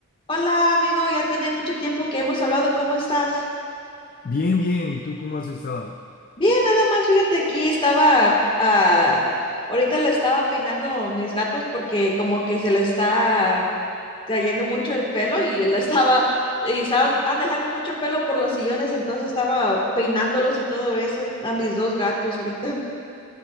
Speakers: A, on the left (about 25°); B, on the left (about 40°).
A: Hola, amigo, ya tiene mucho tiempo que hemos hablado. ¿Cómo estás?
B: Bien, bien. ¿Y tú cómo has estado?
A: Bien, nada más, fíjate, aquí estaba, ah, ahorita le estaba peinando mis gatos porque como que se le está cayendo mucho el pelo y le estaba, y estaban, están dejando mucho pelo por los sillones, entonces estaba peinándolos y todo eso a mis dos gatos ahorita. <laughs>